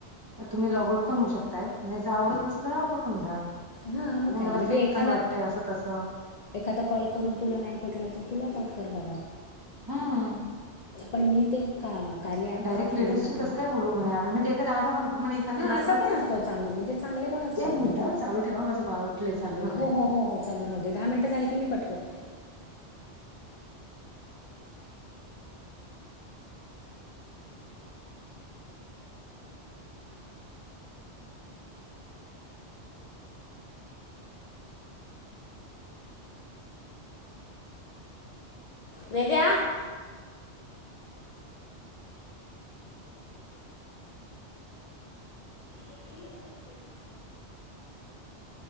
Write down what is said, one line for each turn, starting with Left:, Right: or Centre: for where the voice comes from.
Right: तर तुम्ही लॉगउट पण होऊ शकताय, नाही जा आवडत नसेल तर लॉगउट होऊ जा
Left: हा मग
Right: नाही
Left: काय
Right: मला
Left: म्हणजे
Right: फेक
Left: एखादा
Right: पण वाटतय असं तसं
Left: एखादा कॉल करून तुला नाही पटलं तर तु लॉगऑऊट कर बाबा
Right: हं
Left: पण मी ते का कार्य ऍप
Right: डायरेक्ट
Left: का ठेवलंय
Right: लेडीजशी
Left: म्हटल
Right: कसं काय बोलू म्हणे आम्ही म्हणजे एका दहा जण म्हणे एका
Left: हा
Right: ते जास्तच
Left: अस पण अस चांग चांगले पण असतात
Right: एक
Left: ना,
Right: मिनिट चालू ठेवा माझं बाळ उठलंय चालू राहू
Left: हो
Right: द्या
Left: हो हो चालू राहुदे दहा मिनट झाले की मी कट करते. वेद्या <inaudible>